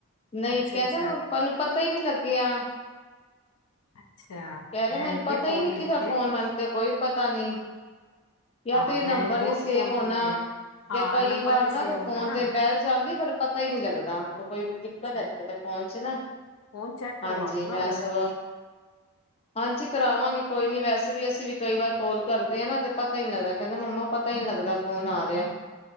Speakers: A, on the left; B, on the left.
A: ਨਹੀਂ
B: ਅੱਛਾ
A: ਕਹਿੰਦਾ
B: ਅੱਛਾ
A: ਮੈਨੂੰ ਪਤਾ ਈ ਨੀ ਲੱਗਿਆ
B: ਅੱਛਾ
A: ਕਹਿ ਰਿਹੇ
B: ਮੈਂ
A: ਮੈਨੂੰ
B: ਇੰਨੇ
A: ਪਤਾ
B: ਕਾਲ
A: ਈ ਨੀ
B: ਕੀਤੇ
A: ਕਿਦਾ ਫੋਨ ਮੈਨੂੰ ਤਾਂ ਕੋਈ ਪਤਾ ਨੀ ਯ
B: ਹਾਂ
A: ਤੇ ਨੰਬਰ
B: ਮੈਂ ਬਹੁਤ
A: ਨੀ ਸੇਵ
B: ਫੋਨ
A: ਹੋਣਾ
B: ਕੀਤੇ ਹਾਂ
A: ਜਾਂ ਕਈ
B: ਨੰਬਰ
A: ਵਾਰ
B: ਨੀ
A: ਨਾ
B: ਸੇਵ
A: ਉਦੇ
B: ਹੋਣਾ
A: ਫੋਨ
B: ਨਾ
A: ਤੇ ਬੈਲ ਜਾਂਦੀ ਪਰ ਪਤਾ ਈ ਨਹੀਂ ਲੱਗਦਾ ਕੋਈ ਦਿਕਤ
B: ਅੱਛਾ
A: ਏ
B: ਅੱਛਾ
A: ਐਦੇ ਫੋਨ ਚ ਨਾ
B: ਫੋਨ ਚੈੱਕ ਕਰਵਾ
A: ਹਾਂਜੀ
B: ਦੋ ਨਾ
A: ਮੈਂ
B: ਉਹਦਾ
A: ਸ ਹਾਂਜੀ ਕਰਾਵਾਂਗੇ ਕੋਈ ਨੀ ਵੈਸੇ ਵੀ ਅਸੀਂ ਵੀ ਕਈ ਵਾਰ ਕੋਲ ਕਰਦੇ ਆ ਨਾ ਤੇ ਪਤਾ ਈ ਲੱਗਦਾ ਕਹਿੰਦਾ ਮੰਮਾ ਪਤਾ ਨੀ ਲੱਗਦਾ। ਫੋਨ ਆ ਰਿਹਾ